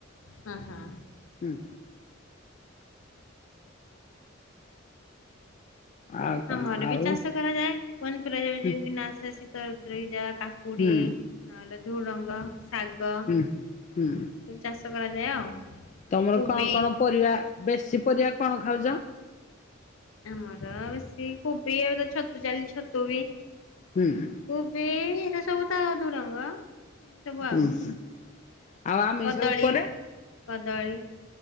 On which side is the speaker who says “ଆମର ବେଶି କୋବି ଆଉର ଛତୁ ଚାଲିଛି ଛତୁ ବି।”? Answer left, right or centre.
Left